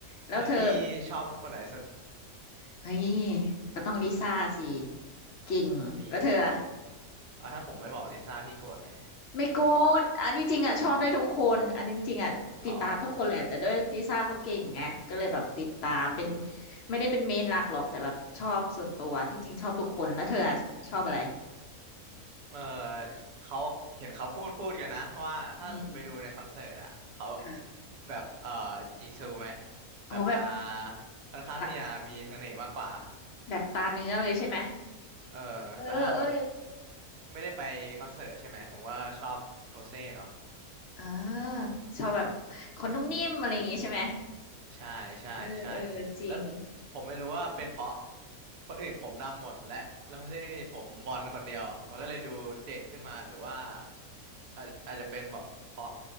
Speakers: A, on the left (about 65°); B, on the right (about 70°).
A: แล้วเธอ
B: แล้วพี่ชอบคนไหนสุด
A: เฮ้ยก็ต้องลิซ่าสิเก่งแล้วเธออะ
B: โอ้ยอ๋อถ้าผมไม่บอกลิซ่าพี่โกรธไหม
A: ไม่โกรธอันนี้จริงอ่ะชอบได้ทุกคนอันนี้จริงอ่ะติดตามทุกคนแหละแต่ด้วยลิซ่าเขาเก่งไงก็เลยแบบติดตามเป็น
B: <laughs> อ๋ออืม
A: ไม่ได้เป็นเมนหลักหรอกแต่แบบชอบส่วนตัวที่จริงชอบทุกคนแล้วเธออะชอบอะไร
B: เออเขาเห็นเขาพูดพูดกันนะว่าถ้าสมมติไปดูในคอนเสิร์ตอะเขา
A: อืมค่ะ
B: แบบเออจีซูไหม
A: โอ้โหแบบ
B: แบบจะค่อนข้างที่จะมีเสน่ห์มากกว่า
A: ตาแบบตาเนื้อเลยใช่ไหม
B: เออแต่ถ้าสมมติ
A: เออเออ
B: ไม่ได้ไปคอนเสิร์ตใช่ไหมผมว่าชอบโรเซ่เนาะ
A: เออชอบแบบคนนุ่มนิ่มอะไรอย่างงี้ใช่ไหม
B: ใช่ใช่ใช่
A: เออเออจริง
B: แล้วผมไม่รู้ว่าเป็นเพราะคนอื่นผมนำหมดและแล้วที่นี่ผมบอลคนเดียวมันก็เลยดูเด่นขึ้นมาหรือว่าอาจอาจจะเป็นแบบเพราะ